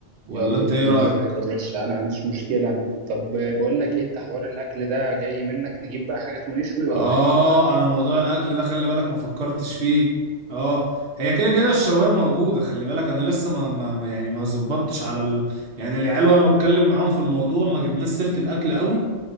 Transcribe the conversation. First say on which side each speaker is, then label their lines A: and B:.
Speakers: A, on the right; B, on the right.
A: يلا
B: ولا انت
A: بينا
B: ايه رأيك
A: يا باشا انا ما عنديش مشكلة انت طب بقول لك ايه انت حوار الاكل ده جاي منك نجيب بقى حاجات ونشوي
B: اه
A: ولا ايه بقى
B: انا موضوع الاكل ده خلي بالك ما فكرتش فيه اه هي كده كده الشوايه موجودة خلي بالك انا لسه ما, ما ما- يعني ما زبطتش على ال... يعني العيال وانا بتكلم معاهم في الموضوع ما جبناش سيرة الاكل قوي